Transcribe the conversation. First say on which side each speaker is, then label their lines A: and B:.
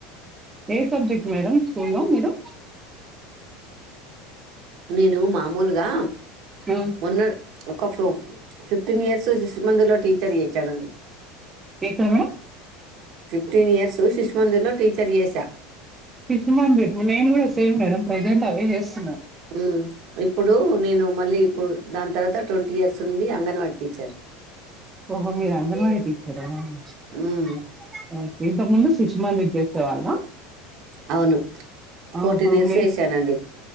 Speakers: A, on the right; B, on the right.
A: ఏ సబ్జెక్ట్ మేడం స్కూ లో మీరు
B: నేను మామూలుగా
A: ఉమ్.
B: మొన్న ఒక ఫ ఫిఫ్టీన్ ఇయర్స్ శిష్మందిర్లో లో టీచర్ గా చేసానండి.
A: ఏంటి సార్
B: ఫిఫ్టీన్ ఇయర్సు శిష్మందిర్లో టీచర్ గా చేశా
A: శిష్మందిర్ నేను కూడా సేమ్ మేడం ప్రజెంట్ అదే చేస్తున్నా
B: ఉ ఇప్పుడు నేను మళ్ళీ ఇప్పుడు దాని తర్వాత ట్వంటీ ఇయర్స్ నుండి అంగన్వాడి టీచర్.
A: ఓహో మీరు అంగన్వాడి టీచర్ ఆ
B: ఉమ్,
A: ఇంతకుముందు శిష్మందిర్లో చేసేవాళ్ళా
B: అవును ఫోర్టీన్
A: ఆహా
B: ఇయర్స్
A: మీ
B: చేశానండి